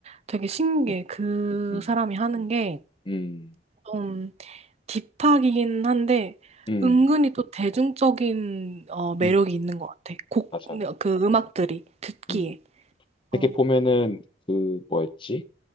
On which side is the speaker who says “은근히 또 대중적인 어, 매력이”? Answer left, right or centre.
Right